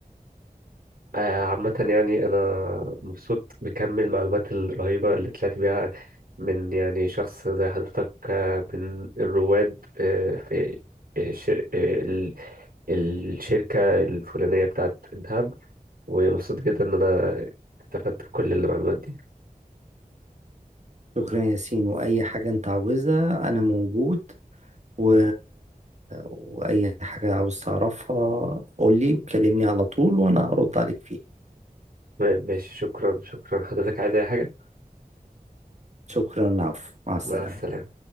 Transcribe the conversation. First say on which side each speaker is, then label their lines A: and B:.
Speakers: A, on the right (about 70°); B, on the right (about 50°).
A: آه، عامة يعني أنا مبسوط بكم المعلومات الرهيبة اللي طلعت بيها من يعني شخص زي حضرتك آه، من الرواد آه، في آه، ش- آه، ال- الشركة الفلانية بتاعت الذهب ومبسوط جدا إن أنا استفدت بكل المعلومات دي
B: شكرا يا ياسين وأي حاجة أنت عاوزها أنا موجود و... وأي حاجة عاوز تعرفها قولي وكلمني على طول وأنا هرد عليك فيها
A: تمام، ماشي شكرا شكرا حضرتك عايز أي حاجة
B: شكرا العفو مع السلامة
A: مع السلامة